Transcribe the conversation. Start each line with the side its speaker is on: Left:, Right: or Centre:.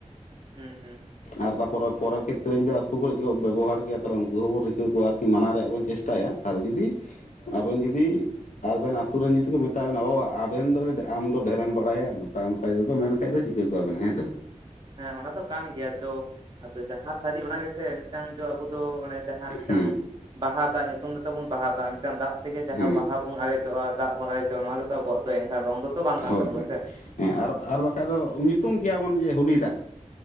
Right: ᱦᱩᱸ ᱦᱩᱸ
Left: ᱟᱨ ᱛᱟᱯᱚᱨ ᱯᱚᱨᱮᱨ ᱠᱷᱮᱛᱨᱮ ᱡᱩᱫᱤ ᱟᱹᱛᱩᱳ ᱠᱚᱨᱮᱡ ᱡᱩᱫᱤ ᱵᱮᱵᱚᱦᱟᱨ ᱜᱮᱭᱟ ᱛᱟᱦᱚᱞᱮ ᱩᱱᱠᱩ ᱦᱚᱸᱵᱚᱱ ᱨᱤᱠᱟᱹ ᱠᱚᱣᱟ ᱟᱨ ᱢᱟᱱᱟᱣ ᱨᱮᱭᱟᱜ ᱵᱚᱱ ᱪᱮᱥᱴᱟᱭᱟ ᱟᱨ ᱡᱩᱫᱤ ᱟᱵᱮᱱ ᱡᱩᱫᱤ ᱟᱵᱮᱱ ᱟᱹᱛᱩ ᱨᱮᱱ ᱡᱩᱫᱤ ᱠᱚ ᱢᱮᱛᱟ ᱵᱮᱱᱟ ᱚ ᱟᱵᱮᱱ ᱫᱚ ᱟᱢ ᱫᱚ ᱰᱷᱮᱨᱮᱢ ᱵᱟᱲᱟᱭᱟ ᱱᱚᱝᱠᱟ ᱚᱱᱠᱟ ᱠᱚ ᱢᱮᱱᱠᱟᱱᱡ ᱫᱚ ᱪᱤᱠᱟ ᱠᱚᱣᱟᱵ ᱵᱮᱱᱟ ᱦᱮᱸᱥᱮ ᱵᱟᱝ
Right: ᱦᱮᱸ ᱚᱱᱟ ᱫᱚ ᱠᱟᱱ ᱜᱮᱭᱟ ᱛᱚ ᱟᱫᱚ ᱡᱟᱦᱟᱸ ᱥᱟᱹᱨᱤ ᱚᱱᱟ ᱜᱮ ᱥᱮ ᱢᱤᱫᱴᱟᱝ ᱫᱚ ᱟᱵᱚ ᱫᱚ ᱚᱱᱮ ᱡᱟᱦᱟᱸ ᱢᱤᱫᱴᱟᱝ
Left: ᱦᱩᱸ
Right: ᱵᱟᱦᱟ ᱫᱟᱜ ᱧᱩᱛᱩᱢ ᱵᱚᱱ ᱵᱟᱦᱟ ᱫᱟᱜᱼᱟ ᱢᱤᱫᱴᱟᱝ ᱫᱟᱜ ᱛᱮᱜᱮ ᱡᱟᱦᱟᱸ
Left: ᱦᱩᱸ
Right: ᱵᱟᱦᱟ ᱵᱚᱱ ᱟᱨᱲᱮᱡᱚᱜᱼᱟ ᱫᱟᱜ ᱵᱚᱱ ᱟᱨᱲᱮᱡᱚᱜᱼᱟ ᱱᱚᱣᱟ ᱜᱮᱛᱚ ᱟᱵᱚᱣᱟᱜ ᱫᱚ ᱮᱱᱠᱷᱟᱱ ᱨᱚᱝ ᱫᱚᱛᱚ ᱵᱟᱝ ᱠᱟᱱ
Left: ᱦᱳᱭ
Right: ᱛᱟᱵᱚᱱᱟ
Left: ᱦᱳᱭ
Right: ᱥᱮ
Left: ᱦᱮᱸ ᱟᱨ ᱟᱨ ᱵᱟᱠᱷᱟᱡ ᱫᱚ ᱧᱩᱛᱩᱢ ᱠᱮᱭᱟᱵᱚᱱ ᱡᱮ ᱦᱚᱩᱞᱤ ᱫᱟᱜ